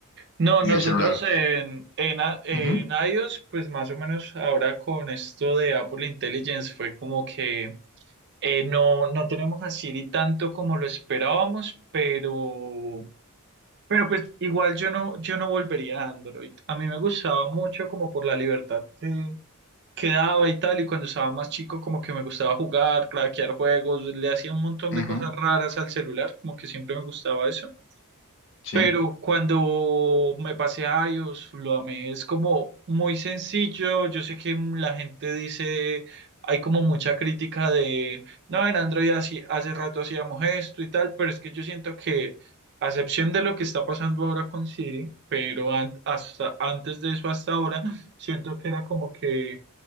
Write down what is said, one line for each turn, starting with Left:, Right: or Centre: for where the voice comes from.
Right: no,
Left: Y
Right: nosotros
Left: el celular,
Right: en, en, a- en
Left: ujú,
Right: iOS, pues más o menos ahora con esto de Apple Intelligence fue como que eh, no, no tenemos a Siri tanto como lo esperábamos, pero, pero pues igual yo no, yo no volvería a Android. A mí me gustaba mucho como por la libertad que, que daba y tal, y cuando estaba más chico como que me gustaba jugar, craquear juegos, le hacía un montón
Left: ujú,
Right: de cosas raras al celular, como que siempre me gustaba eso.
Left: sí,
Right: Pero cuando me pasé a iOS, lo amé. Es como muy sencillo. Yo sé que la gente dice, hay como mucha crítica de, no, en Android así- hace rato hacíamos esto y tal, pero es que yo siento que, a excepción de lo que está pasando ahora con Siri, pero an- hasta antes de eso, hasta ahora, siento que era como que